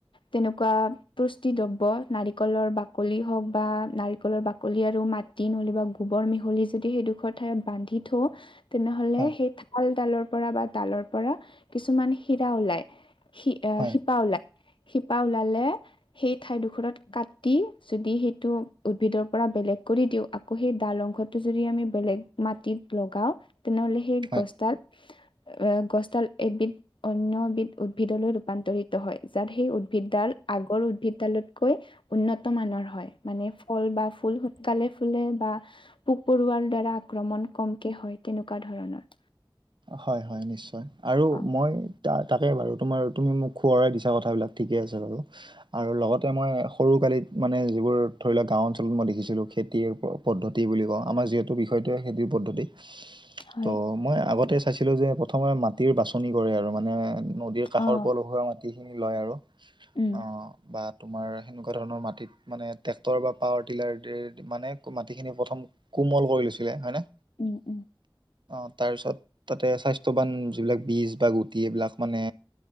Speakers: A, on the left; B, on the right.
A: তেনেকুৱা পুষ্টি দ্ৰব্য নাৰিকলৰ বাকলি হওক বা নাৰিকলৰ বাকলি আৰু মাত তি নতুবা গোবৰ মিহলি যদি সেইডোখৰ ঠাইত বান্ধি থওঁ তেনেহলে
B: হয়
A: সেই থালডালৰ পৰা বা ডালৰ পৰা কিছুমান শিৰা ওলাই শি অ
B: হয়
A: শিপা ওলায় শিপা ওলালে সেই ঠাইডোখৰত কাটি যদি সেইটো উদ্ভিদৰ পৰা বেলেগ কৰি দিওঁ আকৌ সেই ডাল অংশটো যদি আমি বেলেগ মাটিত লগাও তেনেহলে সেই
B: হয়
A: গছ
B: হয়
A: ডাল এ গছডাল এবিধ অন্য এবিধ উদ্ভিদলৈ ৰূপান্তৰিত হয় যাত সেই উদ্ভিদডাল আগৰ উদ্ভিদডালতকৈ উন্নত মানৰ হয় মানে ফল বা ফুল সোনকালে ফুলে বা পোক পৰুৱাৰ দ্বাৰা আক্ৰমণ কমকে হয় তেনেকুৱা ধৰণৰ।
B: হয়, হয় নিশ্চয় আৰু
A: অ
B: মই ত তাকে বাৰু তোমাৰ তুমি মোক সোঁৱৰাই দিছা কথাবিলাক ঠিকে আছে বাৰু। আৰু লগতে মই সৰু কালিত মানে যিবোৰ ধৰি লওক গাঁও অঞ্চলত মই দেখিছিলোঁ খেতি পদ্ধতি বুলি কওঁ আমাৰ যিহেতু বিষয়টোৱে খেতিৰ পদ্ধতি।
A: হয়
B: ত' মই আগতে চাইছিলো যে প্ৰথমে মাটিৰ বাচনি কৰে আৰু মানে নদীৰ কাষৰ
A: অ
B: পলসুৱা মাটিখিনি লয় আৰু
A: উম
B: অ বা তোমাৰ সেনেকুৱা ধৰণৰ মাটিত মানে ট্ৰেক্টৰ বা পাৱাৰ টিলাৰ ট্ৰেট মানে মাটিখিনি প্ৰথম কোমল কৰি লৈছিলে হয় নে
A: উম উম
B: অ তাৰপিছত তাতে স্বাস্থ্যৱান যিবিলাক বীজ বা গুটি এইবিলাক মানে